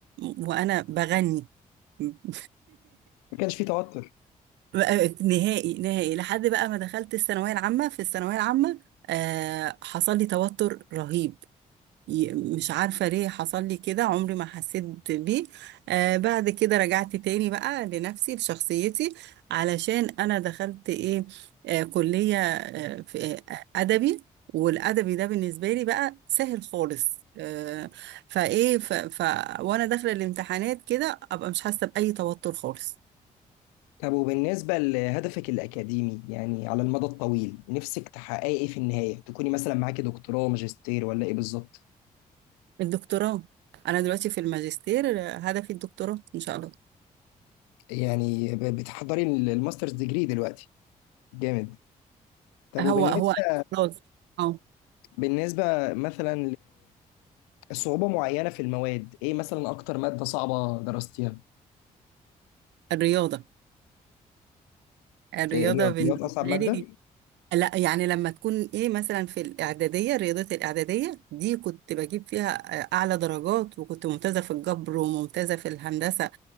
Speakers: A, on the right; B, on the left.
A: وأنا بغني <laughs>
B: ما كانش في توتر
A: بقى نهائي نهائي لحد بقى ما دخلت الثانوية العامة في الثانوية العامة آه، حصل لي توتر رهيب ي- مش عارفة ليه حصل لي كده عمري ما حسيت بيه آه بعد كده رجعت تاني بقى لنفسي لشخصيتي علشان أنا دخلت إيه آه كلية آه في آه أدبي والأدبي ده بالنسبة لي بقى سهل خالص آه فإيه ف ف وأنا داخلة الامتحانات كده أبقى مش حاسة بأي توتر خالص
B: طب وبالنسبة لهدفك الأكاديمي يعني على المدى الطويل نفسك تحققي إيه في النهاية؟ تكوني مثلا معاكي دكتوراه ماجستير ولا إيه بالظبط؟
A: الدكتوراه أنا دلوقتي في الماجستير آه، هدفي الدكتوراه إن شاء الله
B: يعني ب- بتحضري ال- الماسترز ديجري دلوقتي جامد طب
A: هو
B: وبالنسبة
A: هو خلاص أه
B: بالنسبة مثلا لصعوبة معينة في المواد إيه مثلا أكتر مادة صعبة درستيها؟
A: الرياضة الرياضة
B: الرياضيات
A: بالنسبة
B: أصعب
A: لي
B: مادة؟
A: لا يعني لما تكون ايه مثلا في الاعداديه رياضه الاعداديه دي كنت بجيب فيها آه، اعلى درجات وكنت ممتازه في الجبر وممتازه في الهندسه